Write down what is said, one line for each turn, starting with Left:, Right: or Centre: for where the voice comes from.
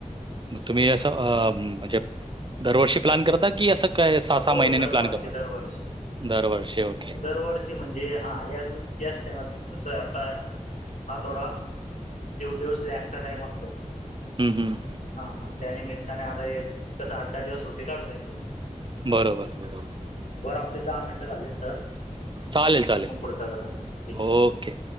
Right: मग तुम्ही असं म्हणजे दरवर्षी प्लॅन करता की असं काय सहा सहा
Left: हो
Right: महिन्याने
Left: दरवर्षी
Right: प्लॅन करता
Left: दरवर्षी
Right: दरवर्षी ओके
Left: दरवर्षी म्हणजे हा या याच टाइमात जस आता हा थोडा ड्युटीवर स्लॅग चा टाइम असतो
Right: हम् हम
Left: हा मग त्यानमित्ताने आता कसं आठ दहा दिवस सुट्टी काढताय त्याची
Right: बरोबर बरोबर
Left: बरं आपले दहा मिनटं झाले सर
Right: चालेल चालेल
Left: मग पुढचा करा ठीक
Right: ओके